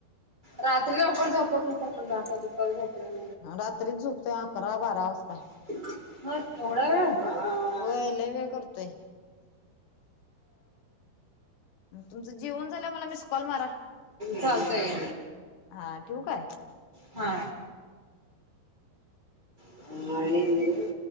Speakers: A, on the right; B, on the left.
A: रात्री लवकर झोपत असल म्हणून आता <unintelligible>
B: रात्रीच झोपतोय अकरा बारा वाजता.
A: <inaudible> होय एवढा वेळ. हा हा.
B: होय लय वेळ करतोय तुमचं जेवन झालंवर मला मीस कॉल मारा.
A: चालतंय
B: हा ठेवू काय?
A: हा. <unintelligible>